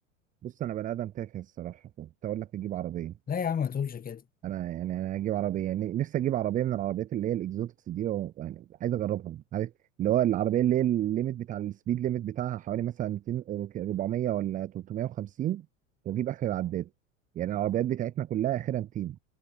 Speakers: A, on the right (about 20°); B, on the left (about 20°).
A: بص انا بني ادم تافه الصراحه كنت اقول لك تجيب عربيه
B: لا يا عم ما تقولش كده
A: انا يعني انا اجيب عربيه يعني نفسي اجيب عربيه من العربيات اللي هي الاكزوتكس دي و- يعني عايز اجربها عارف اللي هو العربيه اللي هي الليميت بتاع السبيد ليميت بتاعها حوالي مثلا 200 400 ولا 350 واجيب اخر العداد يعني العربيات بتاعتنا كلها اخرها 200